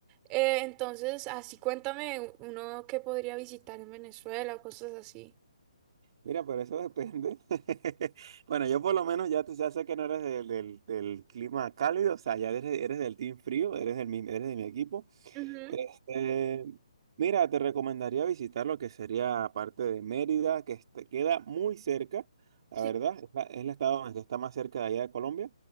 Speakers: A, on the right; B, on the right.
A: Eh, entonces, así cuéntame uno que podría visitar en Venezuela o cosas así.
B: mira, pero eso depende. <laughs> Bueno, yo por lo menos ya, tú ya sé que no eres del, del- del clima cálido, o sea, ya eres, eres del team frío, eres del, mi- eres de mi equipo.
A: Ujú,
B: Este, mira, te recomendaría visitar lo que sería parte de Mérida, que este- queda muy cerca, la
A: sí.
B: verdad, es, la- es el estado donde está más cerca de allá de Colombia.